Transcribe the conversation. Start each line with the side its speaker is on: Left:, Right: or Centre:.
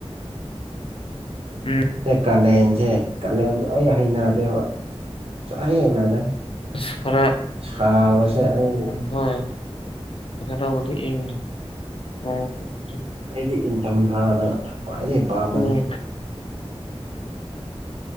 Left: ꯎꯝ
Right: ꯇ ꯀꯥꯟ ꯂꯩꯦꯟꯁꯦ ꯀꯂ ꯑꯩ ꯍꯩꯅꯗꯦꯕ ꯍꯩꯅꯗ
Left: ꯑꯁ ꯈꯔ
Right: ꯁꯥꯕꯁꯦ ꯑꯩ
Left: ꯍꯣꯏ ꯀ ꯏ
Right: ꯑꯩꯗꯤ ꯏꯪꯊꯝꯊꯥꯅ ꯈ꯭ꯋꯥꯏꯗꯒꯤ ꯄꯥꯝꯕꯅꯤ
Left: ꯎꯝ